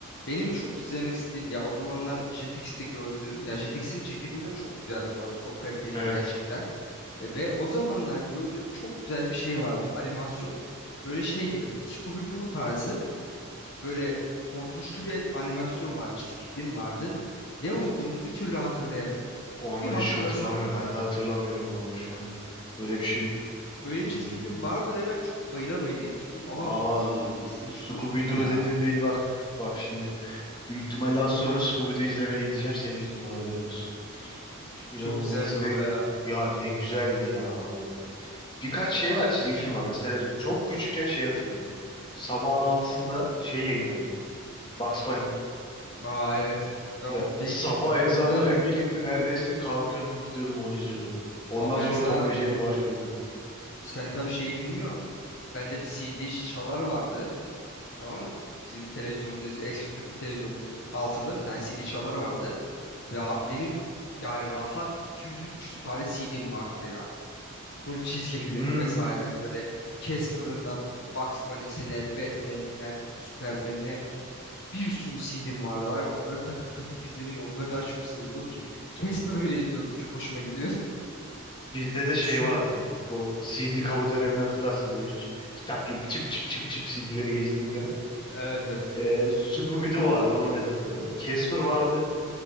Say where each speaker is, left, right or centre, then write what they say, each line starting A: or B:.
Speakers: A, on the left; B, on the left.
A: Benim çok izlemek istediğim ya o zamanlar Jetix'te gördüğüm ya Jetix'in çizgi filmleri çok güzeldi bu arada. Çok kaliteliydi
B: Evet.
A: gerçekten. E, ve o zamanlar gördüğüm çok güzel bir şey vardı. Animasyon. Böyle şey gibi Scooby-Doo tarzı böyle korkunçlu bir animasyon vardı. Çizgi film vardı. Ne olduğunu bir türlü hatırlayamıyorum.
B: Onu
A: Bir hatırlasam
B: hiç hatırlamıyorum. Ben de hatırlamıyorum vallahi şu anda. Böyle bir şey.
A: öyle
B: Hmm.
A: bir çizgi film vardı ve ben çok bayıla bayıla izliyordum ama
B: Ama ıı,
A: İsmini
B: Scooby-Doo
A: çok unuttum ya.
B: dedim bir bak. Bak şimdi. Büyük ihtimalle az
A: <laughs>
B: sonra Scooby-Doo izlemeye gideceğim. Senin yüzünden haberin olsun. İnanılmaz.
A: Çok güzeldi o
B: Ne,
A: da ya.
B: ya ne güzeldi ya abi. Birkaç şey
A: Ba-
B: var çizgi film var. Mesela çok küçükken şey hatırlıyorum ben. Sabahın altısında şey yayınlanıyordu. Bugs Bunny.
A: Aa evet. Ben onu
B: Ya
A: deli
B: sabah
A: gibi izliyordum.
B: ezanıyla
A: Onda da.
B: birlikte neredeyse kalkıyordum gidiyordum onu izliyordum. Ondan
A: Aa ben
B: sonra
A: sana
B: Tom ve Jerry başlıyordu.
A: sen tabii şeyi bilmiyorsun. Bende bir CD çalar vardı. Tamam mı? Bizim televizyonun es- eski tüplü televizyonun altında bir tane CD çalar vardı. Ve abi benim yani rahat iki yüz üç yüz tane CD'm vardı ya. Full çizgi film
B: Hmm,
A: vesaire böyle Casper'ından tut Bugs Bunny'sine, Batman'den Superman'ine Bir sürü CD'm vardı var ya onları takıp takıp izlemeyi o kadar çok seviyordum ki. Casper bile izliyordum. Çok hoşuma gidiyordu.
B: bizde
A: <laughs>
B: de şey vardı. Bu CD kabı dönemini hatırlarsın. Böyle hiç kitap gibi çip çip çip çip CD'leri gezdiğin dönem.
A: Evet evet.
B: Ee, Scooby-Doo vardı onu net hatırlıyorum. Casper vardı.